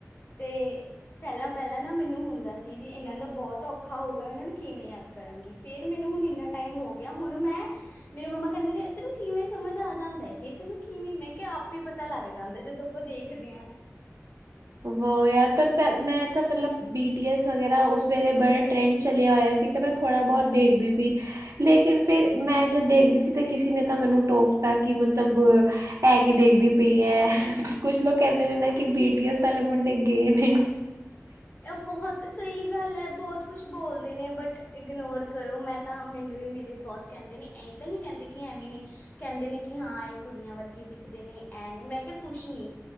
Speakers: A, on the left; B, on the right.
A: ਤੇ ਪਹਿਲਾਂ-ਪਹਿਲਾਂ ਨਾ ਮੈਨੂੰ ਹੁੰਦਾ ਸੀ, ਵੀ ਇਹਨਾਂ ਦਾ ਬਹੁਤ ਔਖਾ ਹੋਊਗਾ। ਇਹਨਾਂ ਨੂੰ ਕਿਵੇਂ ਯਾਦ ਕਰਾਂਗੀ। ਫੇਰ ਮੈਨੂੰ ਹੁਣ ਇੰਨਾ ਟਾਈਮ ਹੋ ਗਿਆ। ਹੁਣ ਮੈਂ, ਮੇਰੇ ਮੰਮਾ ਕਹਿੰਦੇ ਨੇ ਤੈਨੂੰ ਕਿਵੇਂ ਸਮਝ ਆ ਜਾਂਦਾ ਇਹ ਤੈਨੂੰ ਕਿਵੇਂ। ਮੈਂ ਕਿਹਾ ਆਪੇ ਈ ਪਤਾ ਲੱਗ ਜਾਂਦਾ, ਜਦੋਂ ਆਪਾਂ ਦੇਖਦੇ ਆ।
B: ਵੋ ਯਾਰ, ਪਰ ਮੈਂ ਤਾਂ ਪਹਿਲਾਂ ਬੀ ਟੀ ਐਸ ਵਗੈਰਾ, ਉਸ ਵੇਲੇ ਬੜਾ ਟਰੈਂਡ ਚਲਿਆ ਹੋਇਆ ਸੀ, ਤੇ ਮੈਂ ਥੋੜ੍ਹਾ ਬਹੁਤ ਦੇਖਦੀ ਸੀ। ਲੇਕਿਨ, ਫਿਰ ਮੈਂ ਜੋ ਦੇਖਦੀ ਸੀ ਤਾਂ ਕਿਸੇ ਨੇ ਤਾਂ ਮੈਨੂੰ ਟੋਕਤਾ ਕਿ ਮਤਲਬ, ਐ ਕਿ ਦੇਖਦੀ ਪਈ ਐ। ਕੁੱਛ ਲੋਕ ਕਹਿੰਦੇ ਨੇ ਨਾ, ਕਿ ਬੀ ਟੀ ਐਸ ਆਲੇ ਮੁੰਡੇ ਗੇ ਨੇ।
A: ਇਹ ਬਹੁਤ ਸਹੀ ਗੱਲ ਐ। ਬਹੁਤ ਕੁਛ ਬੋਲਦੇ ਨੇ, ਬਟ ਇਗਨੋਰ ਕਰੋ। ਮੈਂ ਤਾਂ ਮੈਨੂੰ ਵੀ ਮੇਰੀ ਬਹੁਤ ਕਹਿੰਦੇ ਨੇ। ਐਂ ਤਾਂ ਨ੍ਹੀਂ ਕਹਿੰਦੇ ਕਿ ਐਵੇਂ ਨੀ ਕਹਿੰਦੇ ਨੇ ਕਿ ਹਾਂ ਇਹ ਕੁੜੀਆਂ ਵਰਗੇ ਦਿਖਦੇ ਨੇ। ਐਂ ਨੇ, ਮੈਂ ਕਿਹਾ ਕੁਛ ਨੀ